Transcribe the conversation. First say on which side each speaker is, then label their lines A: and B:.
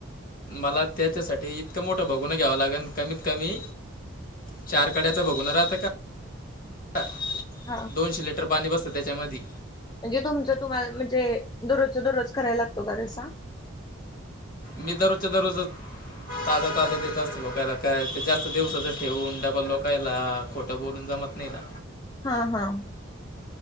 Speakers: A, on the left; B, on the left.
A: मला त्याच्यासाठी इतकं मोठं बघून घ्यावं लागेल कमीत कमी चार कड्याच बघून राहत का
B: हा
A: दोनशे लिटर पाणी बसतं त्याच्यामध्ये
B: म्हणजे तुमचं तुम्हाला म्हणजे दररोज दररोज करायला लागतो का रसा
A: मी दररोजच्या दररोजच ताजा ताजा देत असतो लोकायला काय ते जास्त दिवसाच ठेवून डबल लोकायला खोटं बोलून जमत नाही ना
B: हा हा